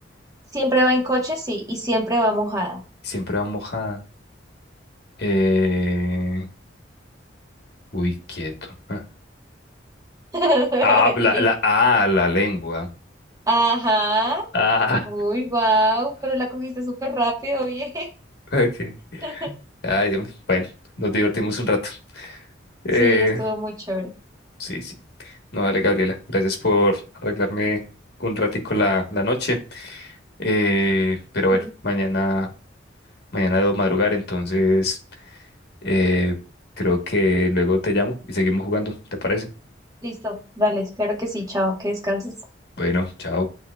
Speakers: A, on the right; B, on the left.
A: Siempre va en coche, sí, y siempre va mojada.
B: Siempre va mojada. Eh, uy, quieto. Ah,
A: <laughs>
B: ah, la,
A: ¿Qué?
B: la, ah, la lengua.
A: Ajá.
B: Ah,
A: Uy, wow, pero la cogiste súper rápido, bien.
B: <laughs> ok.
A: <laughs>
B: Ay, em, bueno, nos divertimos un rato. Eh,
A: Sí, estuvo muy chévere.
B: sí, sí. No, dale, Gabriela. Gracias por arreglarme un ratico la, la noche. Eh, pero bueno,
A: Mm,
B: mañana, mañana debo madrugar, entonces eh, creo que luego te llamo y seguimos jugando, ¿te parece?
A: Listo, dale, claro que sí, chao, que descanses.
B: Bueno, chao.